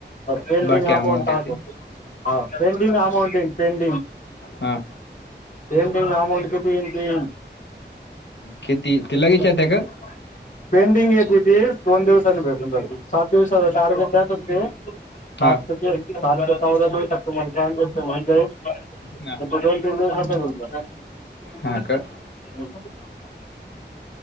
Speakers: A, on the left (about 45°); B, on the left (about 70°).
A: पेंडिंग
B: बाकी
A: अमाउंट
B: अमाऊंट
A: दाखवत.
B: येते
A: हा पेंडिंग अमौंट पेंडिंग.
B: हम
A: पेंडिंग अमाऊंट किती ये
B: किती ते
A: त
B: लगेच येते का
A: पेंडिंग येत ति ती दोन दिवसांनी भेटून सात दिवसाच टार्गेट द्याेत सात
B: हा
A: सातऊ शकतु मला छत म्ह
B: ह
A: फुटबॉल ट
B: हा का
A: ख